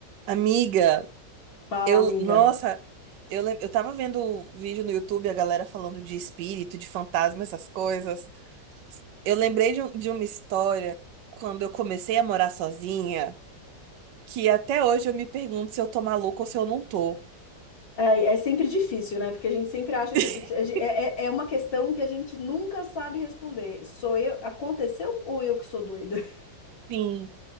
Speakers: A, on the right; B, on the left.
A: Amiga,
B: Fala,
A: eu,
B: amiga.
A: nossa, eu, lem- eu tava vendo o vídeo no YouTube, a galera falando de espírito, de fantasma, essas coisas. Eu lembrei de, um- de uma história quando eu comecei a morar sozinha, que até hoje eu me pergunto se eu tô maluca ou se eu não tô.
B: É, é sempre difícil, né? Porque a gente sempre acha
A: <laughs>
B: que a gente- a gente- é, é é uma questão que a gente nunca sabe responder. Sou eu, aconteceu ou eu que sou doida? <laughs>
A: Sim,